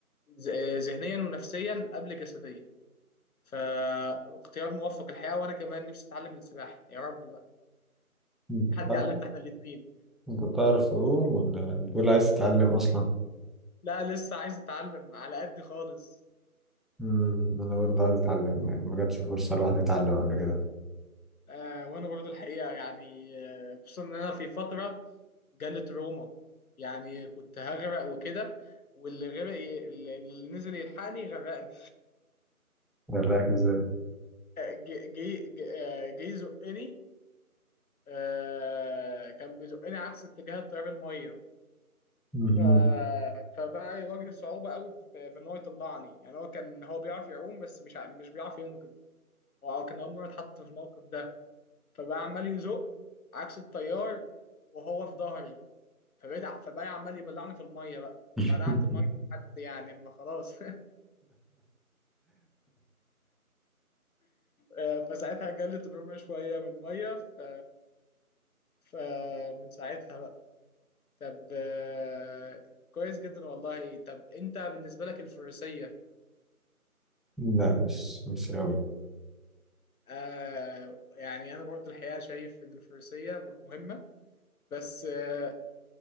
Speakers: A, on the left; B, in the centre.
A: ز- آه، ذهنيا ونفسيا قبل جسديا فاختيار موفق الحقيقة وانا كمان نفسي اتعلم السباحة يا رب بقى
B: انت بتعرف
A: حد يعلمنا احنا الاتنين
B: انت بتعرف تعوم ولا بتقول عايز تتعلم اصلا
A: لا لسه عايز اتعلم على قد خالص
B: امم انا برضه عايز اتعلم يعني ما جاتش فرصه الواحد يتعلم قبل كده
A: آه وانا برضو الحقيقه يعني آه خصوصا ان انا في فتره جالت روما يعني كنت هغرق وكده واللي غرق ي- اللي اللي نزل يلحقني غرقني
B: وراك ازاي
A: آه، جه جه- جه- آه، جه يزقني آه كان بيزقني عكس اتجاه التيار الميه
B: مهم.
A: ف... فبقى يواجه صعوبه قوي في في ان هو يطلعني يعني هو كان هو بيعرف يعوم بس مش ع- مش بيعرف ينقذ وكان اول مره اتحط في الموقف ده فبقى عمال يزق عكس التيار وهو في ظهري فبقيت ع- فبقى عمال يبلعني في الميه بقى
B: <laughs>
A: بلعت ميه لحد يعني ما خلاص <laughs> آه، فساعتها جالي تروما شويه من الميه ف فمن ساعتها بقى طب آه، كويس جدا والله طب انت بالنسبه لك الفروسيه
B: لا مش مش قوي
A: آه يعني انا برضو الحقيقه شايف ان الفروسيه مهمه بس آه،